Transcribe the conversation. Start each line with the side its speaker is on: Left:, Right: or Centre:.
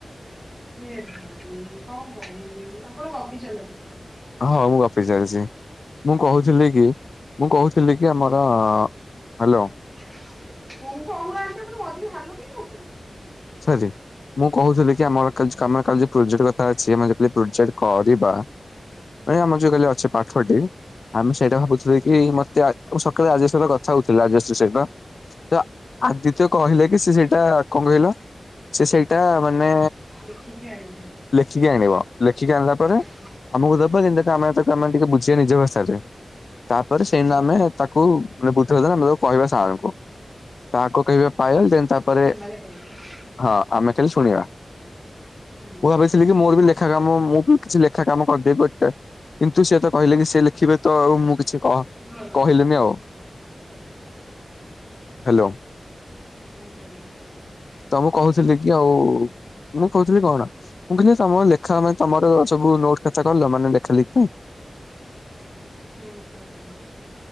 Centre: ଏ ଭାଇ କଣ କହିବି ଆପଣ ଗପି ଚାଲନ୍ତୁ।
Left: ହଁ ମୁଁ ଗପି ଚାଲିଛି ମୁଁ କହୁଥିଲି କି ମୁଁ କହୁଥିଲି କି ଆମର ହ୍ୟାଲୋ।
Centre: କଣ କହୁ ନାହାନ୍ତି ଆପଣ ମଝିରେ ହେଲୋ କାଇଁ କହୁଛନ୍ତି?
Left: ସରି। ମୁଁ କହୁଥିଲି କି ଆମର ଆମର କାଲି ପ୍ରୋଜେକ୍ଟ କଥା ଅଛି ଆମେ ଯେତେବେଳେ ପ୍ରୋଜେକ୍ଟ କରିବା ନାଇ ଆମର ଯୋଉ କାଲି ଅଛି ପାଠଟି ଆମେ ସେଇଟା ଭାବୁଥିଲୁ
Centre: ଆଜ୍ଞା
Left: କି ମତେ ସକାଳେ ରାଜଶ୍ରୀ ଶହ କଥା ହଉଥିଲେ ରାଜଶ୍ରୀ ସହିତ ତ ଆଦିତ୍ୟ କହିଲେ କି ସେ ସେଇ ଆଁ କଣ କହିଲ? ସେ ସେଇଟା ମାନେ
Centre: ଲେଖିକି ଆଣିବୁ
Left: ଲେଖିକି ଆଣିବ ଲେଖିକି ଆଣିଲା ପରେ
Centre: ଆଜ୍ଞା।
Left: ଆମକୁ ଦବ ଯେମିତି ଆମେ ଟିକେ ବୁଝିବା ନିଜ ଭଷାରେ ତାପରେ ସେଇନା
Centre: ଆଜ୍ଞା
Left: ଆମେ ତାକୁ ମାନେ ବୁଝି ଆମେ କହିବା ସାର ଙ୍କୁ ତାହାକୁ କହିବା ପାଏଲ୍ ଦେନ ତାପରେ
Centre: ଚା <inaudible>
Left: ହଁ ଆମେ ଖାଲି ଶୁଣିବା
Centre: ହୁଁ
Left: ମୁ ଭାବି ଥିଲି କି ମୋର ବି ଲେଖା କାମ ମୁଁ ବି କିଛି ଲେଖା କାମ କରିଦେବି ବଟ କିନ୍ତୁ ସିଏ ତ କହିଲେ ସେ ଲେଖିବେ ତ ଆଉ ମୁଁ କିଛି କ
Centre: ଭଲ।
Left: କହିଲିନି ଆଉ ହ୍ୟାଲୋ।
Centre: ଆଜ୍ଞା।
Left: ତ ମୁଁ କହୁଥିଲି କି ଆଉ ମୁଁ କହୁଥିଲି କଣ ମୁଁ କିି ତମର ଲେଖା ମାନେ ତମର ସବୁ ନୋଟ୍ ଖାତା କଲ ମାନେ ଲେଖା ପାଇଁ।
Centre: ହୁଁ କରିଦେଲୁ।